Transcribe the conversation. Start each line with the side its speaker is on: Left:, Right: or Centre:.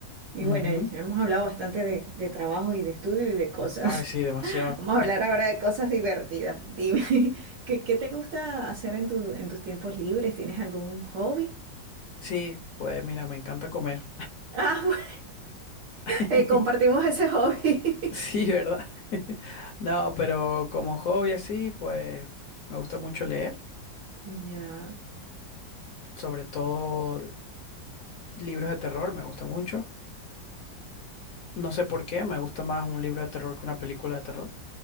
Right: Y
Left: Ujú.
Right: bueno, ya hemos hablado bastante de, de trabajo y de estudio y de cosas.
Left: Ay, sí, demasiado.
Right: <laughs> Vamos a hablar ahora de cosas divertidas. Dime, <laughs> ¿qué, qué te gusta hacer en tu, en tus tiempos libres? ¿Tienes algún hobby?
Left: Sí, pues mira, me encanta comer.
Right: Ah, <laughs> bueno,
Left: <laughs>
Right: eh, compartimos ese hobby.
Left: Sí,
Right: <laughs>
Left: ¿verdad? <laughs> No, pero como hobby así, pues me gusta mucho leer,
Right: Ya,
Left: sobre todo libros de terror, me gusta mucho. No sé por qué, me gusta más un libro de terror que una película de terror.